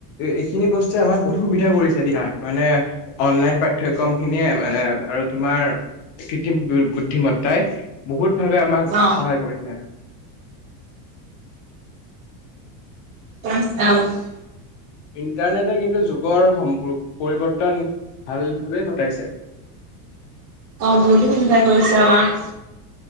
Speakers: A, on the left; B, on the right.
A: এইখিনি বস্তুৱে আমাক বহুত সুবিধা কৰিছে দিয়া। মানে- অনলাইন পাঠ্যক্ৰম খিনিয়ে আ আৰু তোমাৰ কৃত্ৰিম বু বুদ্ধিমত্তাই- বহুত ভাবে আমাক সহায়
B: অ
A: কৰিছে।
B: <unintelligible>
A: ইণ্টাৰনেটে কিন্তু, যুগৰ সম্পু পৰিৱৰ্তন ভাল ভাৱে ঘটাইছে।
B: অঁ' বহুতো সুবিধা কৰিছে আমাৰ।